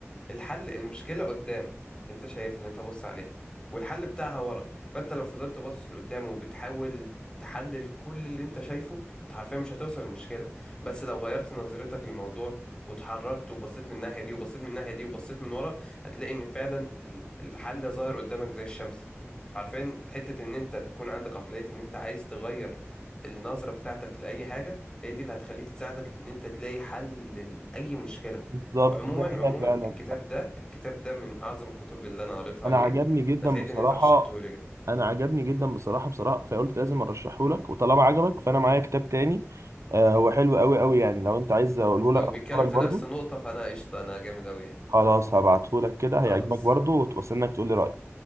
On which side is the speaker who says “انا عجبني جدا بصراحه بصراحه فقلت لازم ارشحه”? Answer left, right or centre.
Right